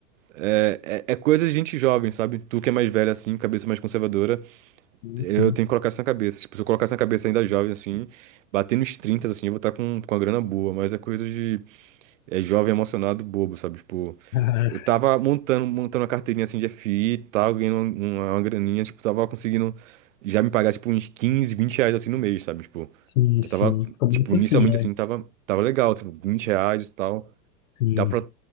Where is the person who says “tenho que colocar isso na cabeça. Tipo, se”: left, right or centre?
Right